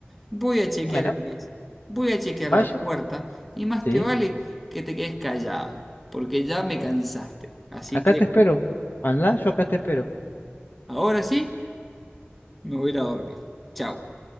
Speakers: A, in the centre; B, on the left.
A: Voy a chequear
B: Bueno,
A: el gas. Voy a chequear
B: vaya,
A: la puerta. Y más
B: sí.
A: te vale que te quedes callado, porque ya me cansaste. Así
B: Acá
A: que
B: te espero. Andá, yo acá te espero.
A: ahora sí, me voy a ir a dormir. Chao.